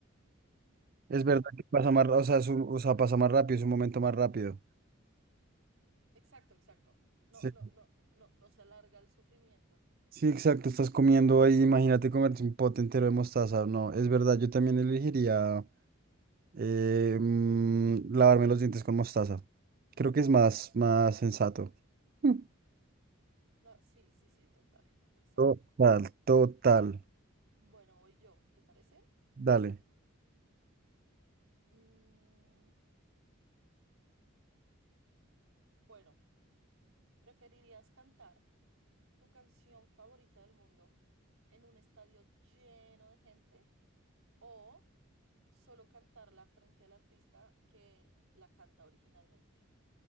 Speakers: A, on the right; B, on the right.
A: Es
B: exacto,
A: verdad que pasa más, ra- o sea, es un- o sea, pasa más rápido, es un momento más rápido.
B: exacto, exacto. No,
A: Sí,
B: no, no, no, no se alarga el sufrimiento.
A: sí, exacto, estás comiendo ahí, imagínate comerte un pote entero de mostaza. No, es verdad, yo también elegiría eh, mm, lavarme los dientes con mostaza. Creo que es más, más sensato. Mm.
B: No, sí, sí, sí, total, exacto.
A: Total, total.
B: Bueno, voy yo, ¿te parece?
A: Dale.
B: Mm, bueno, ¿preferirías cantar tu canción favorita del mundo en un estadio lleno de gente o solo cantarla frente al artista que la canta originalmente?